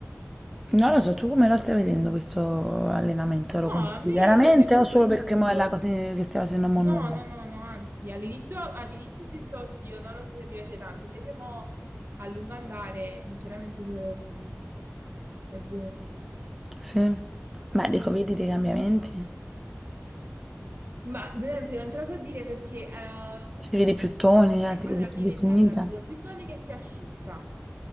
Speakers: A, in the centre; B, on the right (about 45°).
A: Non lo so, tu come lo stai vedendo questo allenamento?
B: No,
A: Lo consideri
B: a me,
A: veramente
B: per me è positivo.
A: o solo perché mo è la cosa che stai facendo mo
B: No,
A: nuovo?
B: no, no, no, anzi, all'inizio all'inizio ho detto, oddio, non lo so se mi piace tanto, invece mo a lungo andare, sinceramente, cioè, mh, è buono.
A: Sì. Ma dico, vedi dei cambiamenti?
B: Ma veramente non te lo so dire perché ehm,
A: Se ti vedi più tonica,
B: eh,
A: ti
B: allora,
A: vedi più
B: mi,
A: definita.
B: ve- allora mi vedo più tonica e più asciutta,